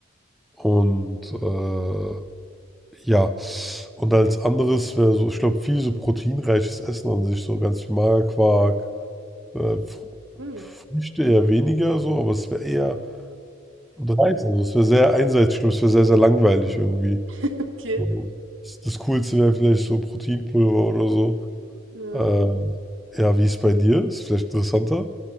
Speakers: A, in the centre; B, on the right.
A: Und äh, ja, und als anderes wäre so, ich glaube, viel so proteinreiches Essen an sich, so ganz viel Magerquark, äh, Fr
B: Hm.
A: Früchte eher weniger so, aber es wäre eher und Reis, also es wäre sehr einseitig, ich glaube, es wäre sehr, sehr langweilig irgendwie.
B: Okay.
A: Mhm. Das das Coolste wäre vielleicht so Proteinpulver oder so.
B: Ja.
A: Ähm, ja, wie ist es bei dir? Ist vielleicht interessanter.